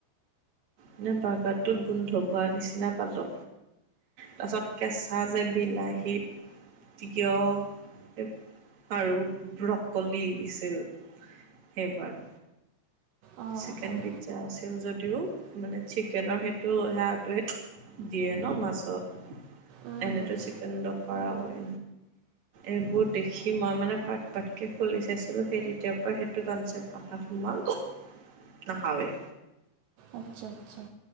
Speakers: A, on the right (about 40°); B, on the right (about 75°).
A: মানে বাৰ্গাৰটোত গোন্ধ পোৱাৰ নিচিনা পালোঁ। তাৰপিছত কেঁচা যে বিলাহী, তিয়ঁহ এই আৰু ব্ৰকলি দিছিল সেইবাৰ।
B: অঁ
A: চিকেনপিজ্জা
B: অঁ
A: আছিল যদিও মানে, চিকেনৰ সেইটো সেয়াটোৱে দিয়ে ন' মাছত।
B: উম,
A: এনেতো
B: উম।
A: চিকেন দফা কয়। এইবোৰ দেখি মই মানে পাৰ্ট পাৰ্টকে খুলি চাইছিলোঁ সেই তেতিয়াৰ পৰা সেইটো কনচেপ্ট ভাৱ সোমাল নাখাওৱে।
B: আচ্ছা, আচ্ছা।